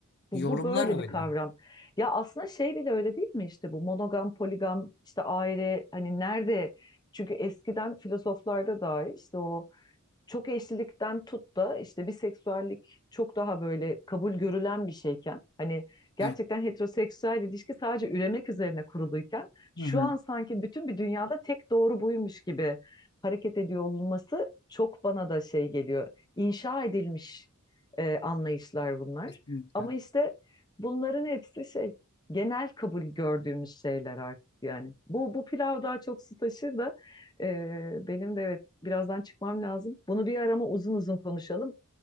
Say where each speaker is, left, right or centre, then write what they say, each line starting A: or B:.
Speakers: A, on the left (about 50°); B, on the left (about 20°).
A: Yorumlar
B: bu, bu böyle bir
A: öyle.
B: kavram. Ya aslında şey bile öyle değil mi işte bu monogam, poligam, işte aile hani nerede? Çünkü eskiden filozoflarda dahi işte o çok eşlilikten tut da işte biseksüellik çok daha böyle kabul görülen bir şeyken hani gerçekten
A: Evet.
B: heteroseksüel ilişki sadece üremek üzerine kuruluyken şu
A: Hı hı.
B: an sanki bütün bir dünyada tek doğru buymuş gibi hareket ediyor olması çok bana da şey geliyor. İnşa edilmiş e, anlayışlar bunlar.
A: Kesinlikle.
B: Ama işte bunların hepsi şey genel kabul gördüğümüz şeyler artık yani. Bu bu pilav daha çok su taşır da e, benim de evet Birazdan çıkmam lazım. Bunu bir arama uzun uzun konuşalım.